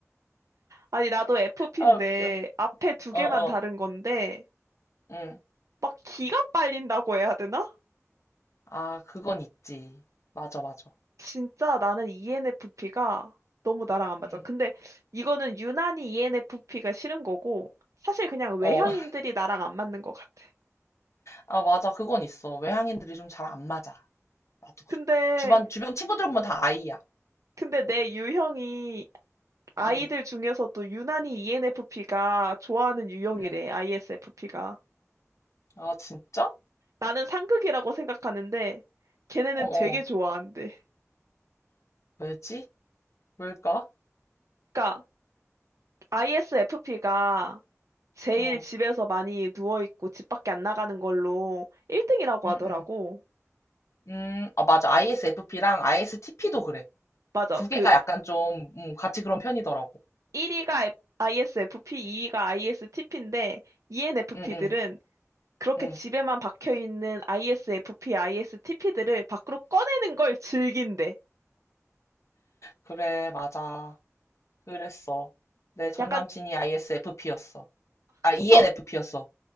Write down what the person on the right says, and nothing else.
아니, 나도 FP인데
앞에 두
개만
다른 건데
막 기가 빨린다고 해야 되나?
진짜 나는 ENFP가 너무 나랑 안 맞아.
근데 이거는 유난히 ENFP가 싫은 거고, 사실 그냥 외향인들이
나랑 안 맞는 것 같아.
근데,
근데 내 유형이 아이들
중에서도 유난히 ENFP가 좋아하는 유형이래,
ISFP가.
나는 상극이라고 생각하는데, 걔네는
되게
좋아한대.
그러니까 ISFP가 제일
집에서 많이 누워있고 집 밖에 안 나가는 걸로 1등이라고
하더라고.
맞아.
그
1위가 ISFP, 2위가 ISTP인데 ENFP들은
그렇게
집에만 박혀 있는 ISFP, ISTP들을 밖으로 꺼내는 걸 즐긴대.
약간
전-